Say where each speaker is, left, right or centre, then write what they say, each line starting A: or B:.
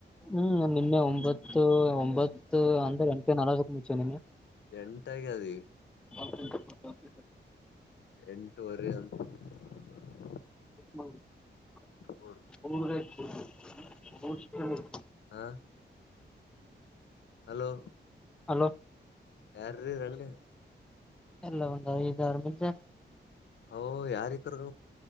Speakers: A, in the centre; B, on the left (about 75°).
A: ಹ್ಮ್ ನಿನ್ನೆ ಒಂಬತ್ತು ಒಂಬತ್ತು ಅಂದ್ರೆ ಎಂಟ ನಕ ಚ್ಚಿದೀನಿ
B: ಎಂಟಾಗ್ಯದ ಈಗ
A: ಹ <inaudible>
B: ಎಂಟುವರೆ ಒ <unintelligible>
A: ಹ್ಮ್ <inaudible>
B: ಕೊಡು
A: ಒಬ್ಬೊಬ್ರೆ ಹ ಶ <unintelligible>
B: ಹಾ <inaudible> ಹಲೋ
A: ಅಲೋ
B: ಯಾರ್ರಿ ರಂಗಡಿ
A: ಎಲ್ಲ ಒಂದ ಐದಾರ ಮದ
B: ಓ ಓ ಯಾರಕರ್ಗ